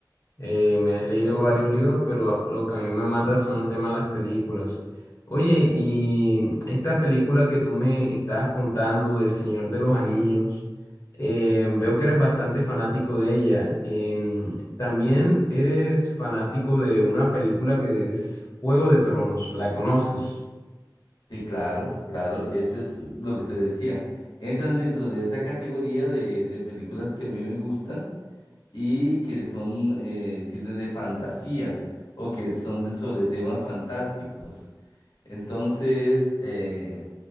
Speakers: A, on the left (about 45°); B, on the left (about 80°).
A: Eh, me he leído varios libros, pero a- lo que a mí me mata son el tema de las películas. Oye, y esta película que tú me estabas contando del Señor de los Anillos, eh, veo que eres bastante fanático de ella. Em, también eres fanático de una película que es Juego de Tronos, ¿la conoces?
B: sí claro, claro, eso es lo que te decía. Entran dentro de esa categoría de, de películas que a mí me gustan y que son eh, cine de fantasía o que son de sobre temas fantásticos. Entonces, eh,